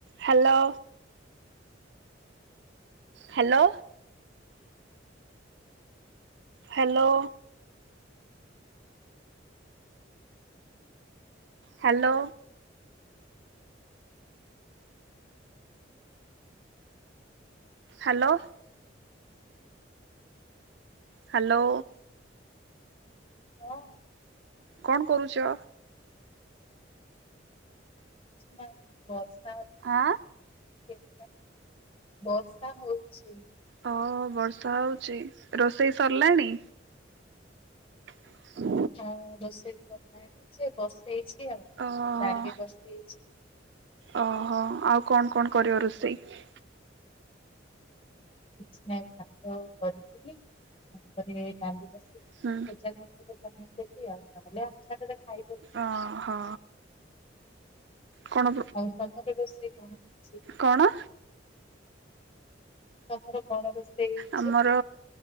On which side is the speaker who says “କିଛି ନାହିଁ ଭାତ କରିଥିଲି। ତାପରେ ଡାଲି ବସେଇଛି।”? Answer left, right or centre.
Left